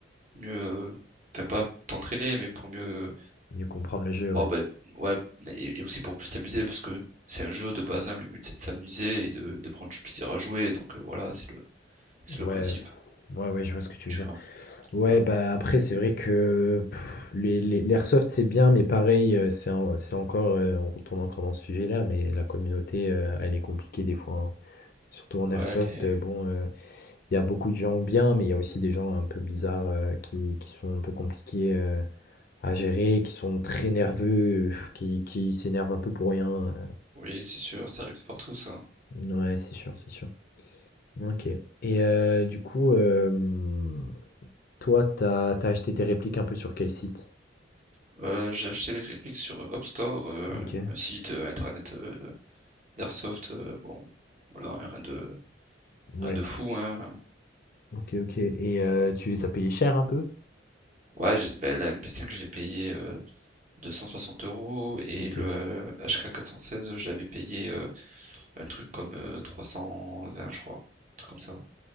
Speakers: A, on the right (about 40°); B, on the left (about 50°).
A: mieux, heu, enfin pas t'entraîner, mais pour mieux,
B: mieux comprendre le jeu,
A: Bon,
B: ouais.
A: ben, ouais, et, et aussi pour plus s'amuser, parce que c'est un jeu de base, hein, le but c'est de s'amuser et de, de prendre du plaisir à jouer, donc euh, voilà, c'est le, c'est
B: Ouais,
A: le principe,
B: ouais, ouais, je vois ce que tu
A: tu
B: veux dire.
A: vois,
B: Ouais,
A: voilà.
B: bah, après, c'est vrai que pff, les les l'airsoft, c'est bien, mais pareil, heu, c'est en c'est encore, heu, on retourne encore dans ce sujet-là, mais la communauté, heu, elle est compliquée des fois, hein. Surtout en
A: Ouais,
B: airsoft,
A: les-
B: heu, bon, heu, il y a beaucoup de gens bien, mais il y a aussi des gens un peu bizarres, heu, qui qui sont un peu compliqués, heu, à gérer, qui sont très nerveux, pff, qui qui s'énervent un peu pour rien,
A: oui, c'est sûr, ça arrive partout, ça.
B: heu, ouais, c'est sûr, c'est sûr. OK et heu, du coup, hem, toi, t'as t'as acheté tes répliques un peu sur quel site?
A: Euh, j'ai acheté les répliques sur Hop Store, euh,
B: OK,
A: un site euh, internet euh, d'Airsoft, euh, bon, voilà, hein, rien de,
B: ouais.
A: rien de fou, hein.
B: OK, OK et heu, tu les as payés cher un peu?
A: Ouais, j'ai- ben, la MP5, j'ai payé euh, 260 euros et
B: OK.
A: le euh, HK416, je l'avais payé euh, Un truc comme euh, 320, je crois. Un truc comme ça.